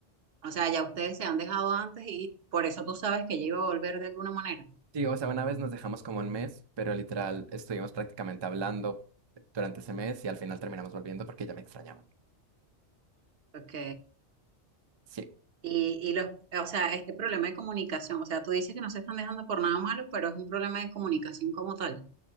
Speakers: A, on the right (about 60°); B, on the right (about 40°).
A: O sea, ya ustedes se han dejado antes y por eso tú sabes que ella iba a volver de alguna manera.
B: Sí, o sea, una vez nos dejamos como un mes, pero literal estuvimos prácticamente hablando durante ese mes y al final terminamos volviendo porque ella me extrañaba.
A: Ok.
B: Sí.
A: Y, y los, o sea, este problema de comunicación, o sea, tú dices que no se están dejando por nada malo, pero es un problema de comunicación como tal.